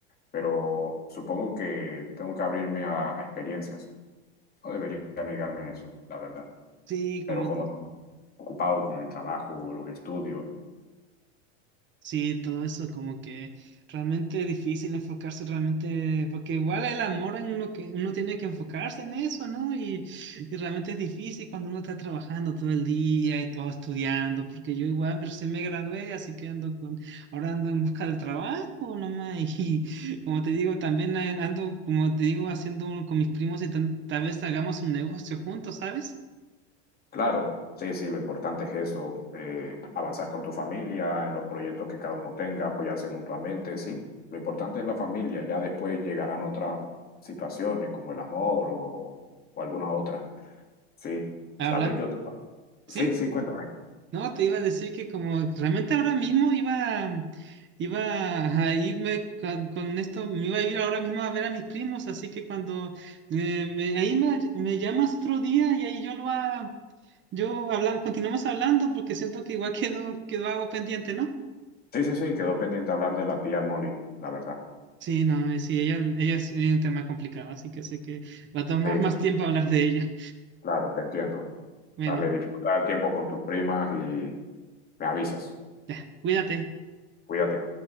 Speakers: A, on the left (about 25°); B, on the right (about 35°).
A: Pero supongo que tengo que abrirme a, a experiencias. No debería negarme a eso, la verdad.
B: Sí,
A: Pero
B: como
A: como ocupado con el trabajo, los estudios,
B: Sí, todo eso como que realmente difícil enfocarse realmente, porque igual el amor en uno que uno tiene que enfocarse en eso, ¿no? Y, y realmente es difícil cuando uno está trabajando todo el día y todo estudiando, porque yo igual recién me gradué, así que ando con, ahora ando en busca del trabajo nomás, <laughs> y como te digo, también a- ando, como te digo, haciendo un- con mis primos y tan- tal vez hagamos un negocio juntos, ¿sabes?
A: Claro, sí, sí, lo importante es eso, eh, avanzar con tu familia, en los proyectos que cada uno tenga, apoyarse mutuamente, sí. Lo importante es la familia, ya después llegarán otras situaciones como el amor o, o alguna otra. Sí,
B: Hablan,
A: ¿sabes? Yo... Sí,
B: ¿sí?
A: sí, cuéntame.
B: No, te iba a decir que como realmente ahora mismo iba, iba a irme con, con esto, me iba a ir ahora mismo a ver a mis primos, así que cuando eh, me- ahí me, me llamas otro día y ahí yo lo ha- yo hablamos, continuamos hablando porque siento que igual <laughs> quedó, quedó algo pendiente, ¿no?
A: Sí, sí, sí, quedó pendiente hablar de la tía Molly, la verdad.
B: Sí, no, eh, sí, ella, ella es, ella es un tema complicado, así que sé que va a tomar
A: Sí,
B: más
A: sí,
B: tiempo hablar de ella.
A: claro, te entiendo.
B: Bueno,
A: Dale, disfruta el tiempo con tus primas y me avisas.
B: ya, cuídate.
A: Cuídate.